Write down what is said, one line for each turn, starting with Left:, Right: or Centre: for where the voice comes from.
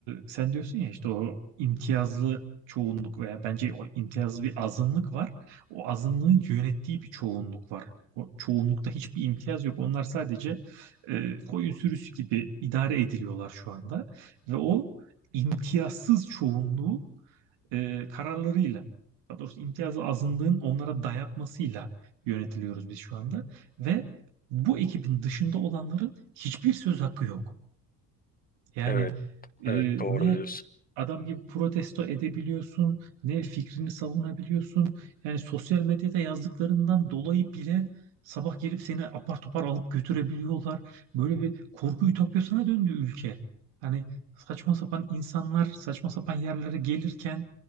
Right: sen diyorsun ya işte o imtiyazlı çoğunluk veya bence o imtiyazlı bir azınlık var. O azınlığın yönettiği bir çoğunluk var. O çoğunlukta hiçbir imtiyaz yok. Onlar sadece e, koyun sürüsü gibi idare ediliyorlar şu anda. Ve o imtiyazsız çoğunluğu e, kararlarıyla, daha doğrusu imtiyazlı azınlığın onlara dayatmasıyla yönetiliyoruz biz şu anda. Ve bu ekibin dışında olanların hiçbir söz hakkı yok. Yani
Left: evet
Right: e,
Left: evet doğru
Right: ne
Left: diyorsun.
Right: adam gibi protesto edebiliyorsun, ne fikrini savunabiliyorsun. Yani sosyal medyada yazdıklarından dolayı bile sabah gelip seni apar topar alıp götürebiliyorlar. Böyle bir korku ütopyasına döndü ülke. Hani saçma sapan insanlar saçma sapan yerlere gelirken